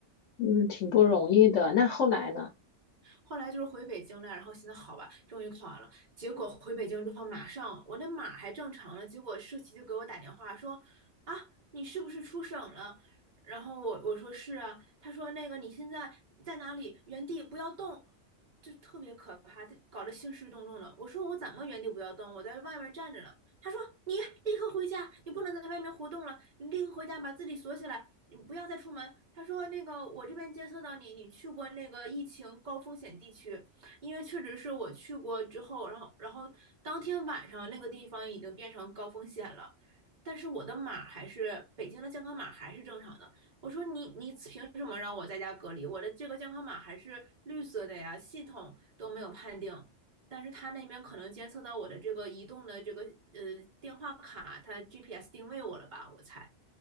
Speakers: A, on the left; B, on the right.
A: 嗯，挺不容易的。那后来呢？
B: 后来就是回北京了，然后现在好吧，终于考完了。结果回北京之后，马上我那码还正常了，结果社企就给我打电话说，啊，你是不是出省了？然后我我说是啊，他说那个你现在在哪里？原地不要动，就特别可怕，这搞得兴师动众的。我说我怎么原地不要动？我在外面站着呢。他说你立刻回家，你不能在外面活动了，你立刻回家把自己锁起来，你不要再出门。他说那个我这边监测到你，你去过那个疫情高风险地区，因为确实是我去过之后，然后然后当天晚上那个地方已经变成高风险了。但是我的码还是北京的健康码还是正常的。我说你你凭什么让我在家隔离？我的这个健康码还是绿色的呀，系统都没有判定。但是他那边可能监测到我的这个移动的这个呃电话卡，他 GPS 定位我了吧？我猜。